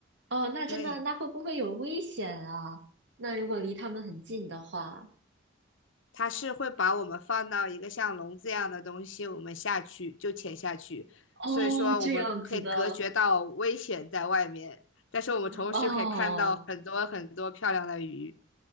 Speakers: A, on the right; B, on the left.
A: 哦，那真的，
B: 对。
A: 那会不会有危险啊？那如果离它们很近的话，
B: 它是会把我们放到一个像笼子一样的东西，我们下去就潜下去，
A: 哦，
B: 所以说我们可以隔绝到危险在外面，
A: 这样子的，
B: 但是我们同时可以看到很多很多漂亮的鱼，
A: 哦。